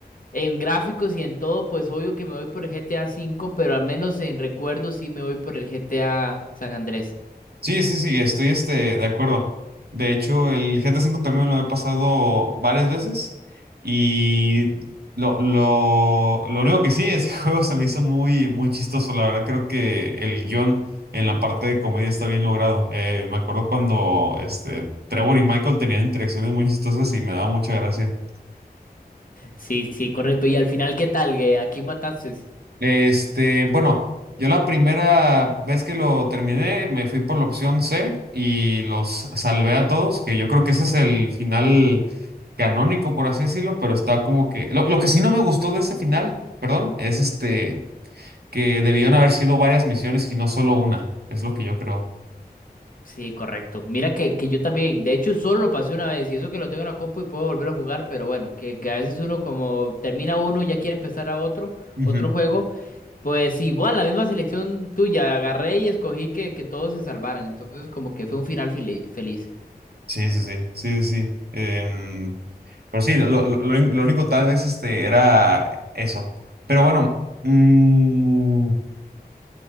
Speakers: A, on the left (about 55°); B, on the right (about 75°).
A: en gráficos y en todo, pues obvio que me voy por el GTA 5, pero al menos en recuerdos sí me voy por el GTA San Andrés.
B: Sí, sí, sí, estoy este, de acuerdo. De hecho, el GTA cinco también lo he pasado varias veces y lo, lo, lo único que sí, ese <laughs> juego se me hizo muy, muy chistoso. La verdad, creo que el guión en la parte de comedia está bien logrado. Eh, me acuerdo cuando este, Trevor y Michael tenían interacciones muy chistosas y me daba mucha gracia.
A: Sí, sí, correcto. Y al final, ¿qué tal? ¿Que ¿A quién mataste?
B: Este, bueno, yo la primera vez que lo terminé me fui por la opción C y los salvé a todos, que yo creo que ese es el final canónico, por así decirlo, pero está como que... Lo, lo que sí no me gustó de ese final, perdón, es este, que debieron haber sido varias misiones y no solo una, es lo que yo creo.
A: Sí, correcto. Mira que, que yo también, de hecho, solo lo pasé una vez y eso que lo tengo en la compu y puedo volver a jugar, pero bueno, que, que a veces uno como termina uno y ya quiere empezar a otro,
B: Ujú.
A: otro juego, pues igual, la misma selección tuya, agarré y escogí que, que todos se salvaran, entonces como que fue un final fili- feliz.
B: Sí, sí, sí, sí, sí. sí. Em, pero sí, lo, lo- lo- lo único tal vez este, era eso. Pero bueno. mm,